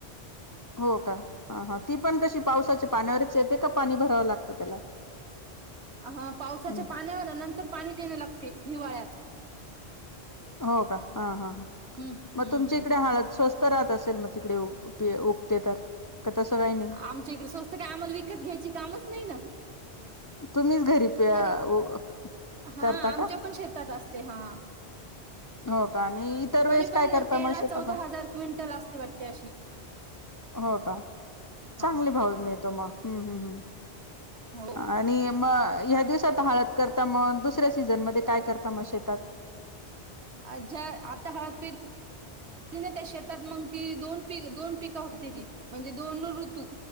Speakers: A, on the left; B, on the right.
A: हो का ह हा ती पण कशी पावसाच्या पाण्यावरच येते का पाणी भरावं लागतं त्याला
B: हा पावसाच्या
A: हम्म.
B: पाण्यावर नंतर पाणी देणे लागते हिवाळ्यात
A: हो का हा हा
B: हं
A: मग
B: हं
A: तुमची इकडे हळत स्वस्त स्वस्त राहत असेल मग तिकडे उगते तर का तसं काही नाही
B: आमच्या इकडे स्वस्त काय आम्हाला विकत घ्यायची कामच नाही ना
A: तुम्हीच घरी पे-
B: त
A: उ-
B: हा
A: करता
B: आमच्या
A: का
B: पण शेतात असत ते हा
A: हो का आणि इतर वेळेस
B: तरी
A: काय
B: पण
A: करता
B: तेला
A: मग शेतामध्ये
B: चौदा हजार क्विंटल असते वाटते अशी
A: हो का चांगले
B: हा
A: भाव मिळतो मग हम्म हम् हम्.
B: हो
A: आणि मग ह दिवसता हळद कर आ मग दुसऱ्या सीझन मध्ये काय करता मग शेतात
B: अच्छा, आता हळद पे शेतात ना त्या शेतात मग ती दोन पी दोन पिकं होती ती म्हणजे दोन ऋतू.